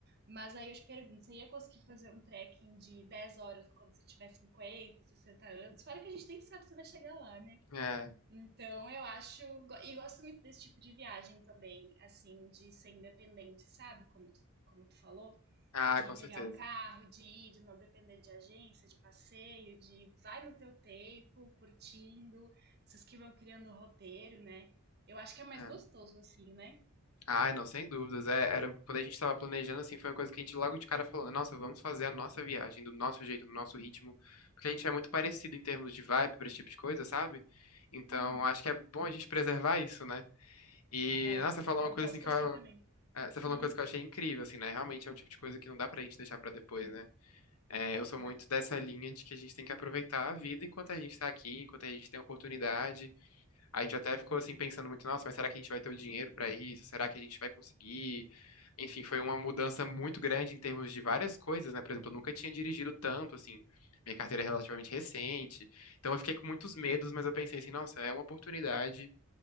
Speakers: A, on the right; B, on the left.
A: Mas aí eu te pergunto, você ia conseguir fazer um trekking de 10 horas quando você tiver 50, 60 anos? Fora que a gente nem sabe se vai chegar lá, né?
B: é.
A: Então, eu acho. go- E gosto muito desse tipo de viagem também, assim, de ser independente, sabe? Como tu, como tu falou,
B: Ah,
A: de
B: com
A: pegar
B: certeza.
A: o carro, de ir, de não depender de agência, de passeio, de vai no teu tempo, curtindo, vocês que vão criando o roteiro, né? Eu acho que é mais
B: É.
A: gostoso assim, né?
B: Ah, não, sem dúvidas. É, era, quando a gente estava planejando, assim, foi uma coisa que a gente logo de cara falou, nossa, vamos fazer a nossa viagem, do nosso jeito, do nosso ritmo, porque a gente é muito parecido em termos de vibe para esse tipo de coisa, sabe? Então,
A: Uhum.
B: acho que é bom a gente preservar isso, né? E,
A: É,
B: nossa, você falou
A: eu
B: uma coisa
A: gosto
B: assim que
A: assim
B: eu,
A: também.
B: é, você falou
A: Uhum.
B: uma coisa que eu achei incrível, assim, né? Realmente é um tipo de coisa que não dá pra gente deixar pra depois, né? É, eu sou
A: Não.
B: muito dessa linha de que a gente tem que aproveitar a vida enquanto a gente tá aqui, enquanto a gente tem a oportunidade. A gente até ficou assim pensando muito, nossa, mas será que a gente vai ter o dinheiro para isso? Será que a gente vai conseguir? Enfim, foi uma mudança muito grande em termos de várias coisas, né? Por exemplo, eu nunca tinha dirigido tanto, assim. Minha carteira é relativamente recente. Então eu fiquei com muitos medos, mas eu pensei assim, nossa, é uma oportunidade,